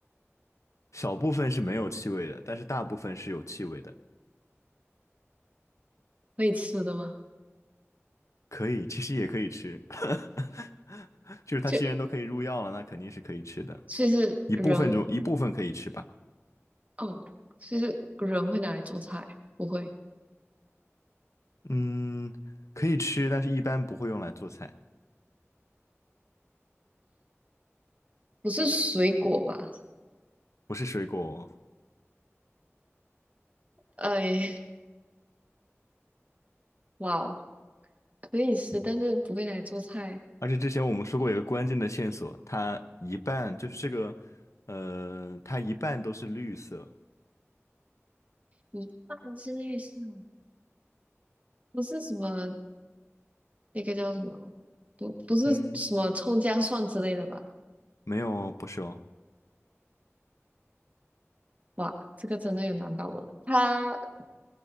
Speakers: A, on the left; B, on the right.
A: 小部分是没有气味的，但是大部分是有气味的，
B: 可以吃的吗？
A: 可以，其实也可以吃，<laughs> 就是它既然都可以入药了，
B: 就
A: 那肯定是可以吃的，
B: 其实人
A: 一部分中一部分可以吃吧，
B: 哦，其实人会拿来做菜，不会，
A: 嗯，可以吃，但是一般不会用来做菜，
B: 不是水果吧？
A: 不是水果哦。
B: 哎，哇哦，可以吃，但是不会拿来做菜，
A: 而且之前我们说过有个关键的线索，它一半就是这个，呃，它一半都是绿色。
B: 一半之类是吗？不是什么那个叫什么，不不是什么葱姜蒜之类的吧？
A: 嗯，没有哦，不是哦，
B: 哇，这个真的有难到我了。他 <coughs>